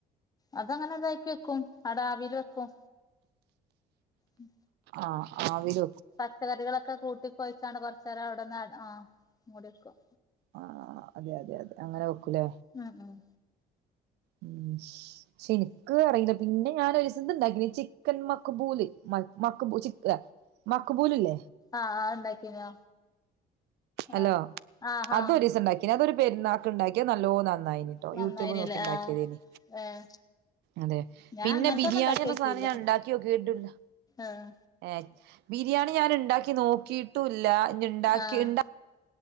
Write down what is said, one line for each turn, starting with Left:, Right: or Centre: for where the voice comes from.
Left: അതങ്ങനെ ഇതക്ക് വെക്കും അടാവിൽ വെക്കും ഉം
Right: ആഹ് ആവിയിൽ
Left: പച്ചക്കറികളൊക്കെ കൂട്ടിൊകൊയിച്ചാണ് കുറച്ച നേരം അവിടെന്ന് ആ മുടി വക്കും
Right: ആ അതെ അതെ അതെ അങ്ങനെ വെക്കൂലേ
Left: ഉം ഉം
Right: ഉ പക്ഷെ എനിക്ക് അറിയില്ല പിന്നെ ഞാൻ ഒരുസ ഇണ്ടാക്ക ചിക്കൻ മക്ബൂല് മ മക്ക് പോലല്ലേ
Left: ആഹ് ആഹ് ഇണ്ടാക്കീനോ
Right: അല്ലോ
Left: ആഹ് ആഹാ
Right: അതൊ ദിവസം ഉണ്ടാക്ക അതൊരു പെരുന്നാക്ക് ഉണ്ടാക്കിയ നല്ലോ നന്നായിനി ട്ടോ
Left: നന്നായിനില്ലേ
Right: യൂട്യൂബ് നോക്കിണ്ടാക്കിയതേ
Left: ആഹ് ഏഹ്
Right: അതെ
Left: ഞാൻ
Right: പിന്നെ
Left: അങ്ങനത്തൊന്നും
Right: ബിരിയാണി
Left: ഇണ്ടാക്കിയോക്കിയില്ല
Right: എന്ന സാധനം ഞാൻ ഉണ്ടാക്കി നോക്കിട്ടില്ല
Left: ആഹ്
Right: ഏ ബിരിയാണി ഞാൻ ഉണ്ടാക്കി നോക്കിട്ടുംല്ല ഇ ഉണ്ടാക്കിണ്ട
Left: ആഹ്